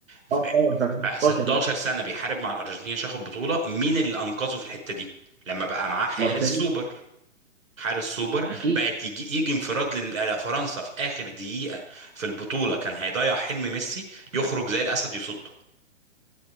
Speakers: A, on the right (about 80°); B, on the right (about 55°).
A: ف-
B: اه طبعا ده
A: ف-
B: 16
A: 16 سنه بيحارب مع الارجنتين عشان ياخد بطوله مين اللي انقذه في الحته دي لما بقى معاه حارس
B: مارتينيز
A: سوبر حارس سوبر
B: اكيد
A: بقت يجي يجي انفراد لل- لفرنسا في اخر دقيقه في البطوله كان هيضيع حلم ميسي يخرج زي الاسد يصده